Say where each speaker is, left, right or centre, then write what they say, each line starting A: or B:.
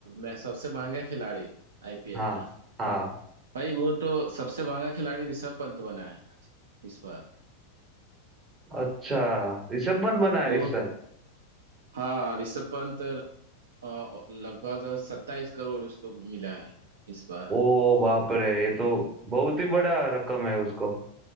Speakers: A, on the right; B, on the right.
A: मैं सबसे महंगा खिलाड़ी आईपीएल
B: हाँ
A: का
B: हाँ
A: भाई वो तो सबसे महंगा खिलाड़ी ऋषभ पंत बना है आज- इस बार
B: अच्छा ऋषभ पंत बना है
A: वो
B: इस साल
A: हाँ ऋषभ पंत अ, लगभग सत्ताईस करोड़ उसको मिला है इस बार
B: ओ बाप रे ये तो बहुत ही बड़ा रकम है उसको